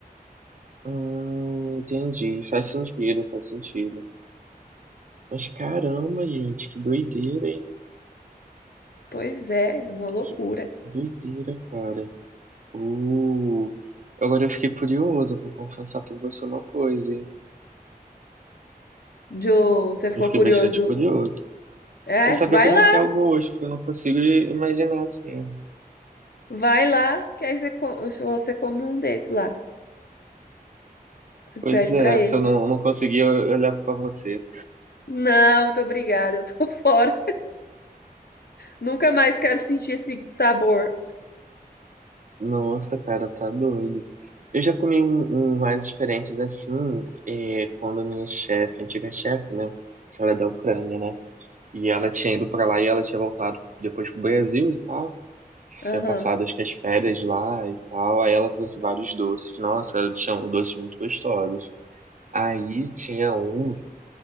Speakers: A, on the right; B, on the left.
A: Hum, entendi. Faz sentido, faz sentido. Mas caramba, gente, que doideira, hein?
B: Pois é, é uma loucura.
A: Que doideira, cara. Uh, agora eu fiquei curioso, vou confessar pra você uma coisa, hein?
B: Jo, você ficou
A: Eu fiquei
B: curioso
A: bastante
B: do.
A: curioso.
B: É,
A: Quer saber
B: vai
A: como
B: lá,
A: que é o gosto, porque eu não consigo i- imaginar assim.
B: vai lá, que aí você, co- você come um desse lá. Você pede
A: Pois é,
B: pra eles.
A: se eu não, não conseguir eu- eu pra você.
B: Não, muito obrigada, eu tô <laughs> fora. Nunca mais quero sentir esse sabor.
A: Nossa, cara, tá doido. Eu já comi um, um mais diferentes assim, é, quando minha chefe, antiga chefe, né? Que ela é da Ucrânia, né? E ela tinha ido pra lá e ela tinha voltado depois pro Brasil e tal.
B: Aham.
A: tinha passado acho que as férias lá e tal. Aí ela trouxe vários doces. Nossa, tinha doces muito gostosos. Aí tinha um.